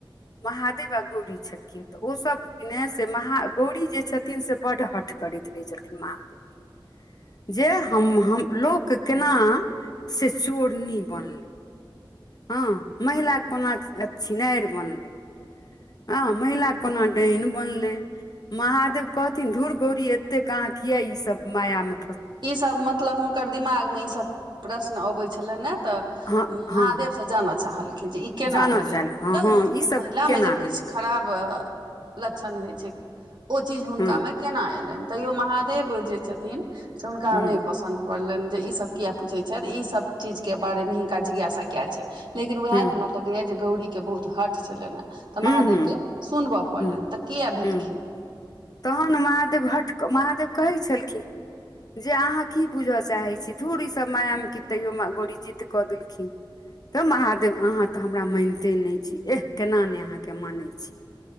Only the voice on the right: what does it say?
ई सब मतलब हुनकर दिमाग में ई सब प्रश्न अबे छलनि ने तऽ
महादेव
से जानय चाहलखिन जे ई केना
भेलै
तब
महिलामे
जे किछु
खराब लक्षण होइ छै ओ चीज हुनकामे
केना एलनि तैयो महादेव जे छथिन से हुनका
नहि पसन्द पड़लनि जे ईसभ कियाक पूछैत छै ईसभ चीजके बारेमे हिनका जिज्ञासा किया छ लेकिन उएह
हमरा लगैए जे गौड़ीके बहुत हट छलनि हेँ तऽ
महादेव के सुनबऽ पड़लनि
तऽ किया भेलखिन